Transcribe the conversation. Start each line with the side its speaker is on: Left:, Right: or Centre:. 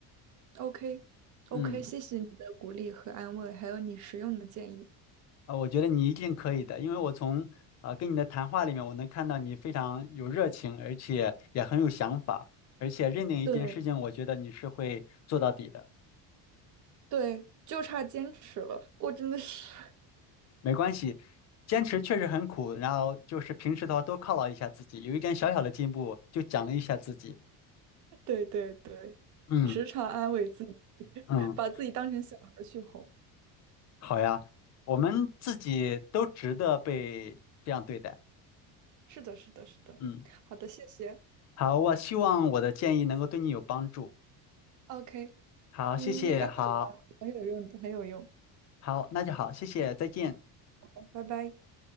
Right: ，OK，OK，
Left: 嗯。
Right: 谢谢你的鼓励和安慰，还有你实用的建议。
Left: 啊，我觉得你一定可以的，因为我从啊跟你的谈话里面，我能看到你非常有热情，而且也很有想法，而且认定一件事情，
Right: 对
Left: 我觉得你是会做到底的。
Right: 对，就差坚持了。我真的是，
Left: 没关系，坚持确实很苦，然后就是平时的话多犒劳一下自己，有一点小小的进步就奖励一下自己。
Right: <laughs> 对对对，
Left: 嗯
Right: 时常安慰自己，
Left: 嗯，
Right: <laughs> 把自己当成小孩儿去哄。
Left: 好呀，我们自己都值得被这样对待。
Right: 是的，是的，是的。
Left: 嗯，
Right: 好的，谢谢。
Left: 好，我希望我的建议能够对你有帮助。
Right: OK，
Left: 好，
Right: 嗯，
Left: 谢谢，
Right: 应该会有吧，
Left: 好
Right: 很有用的，很有用。
Left: 好，那就好，谢谢，再见。
Right: 好拜拜。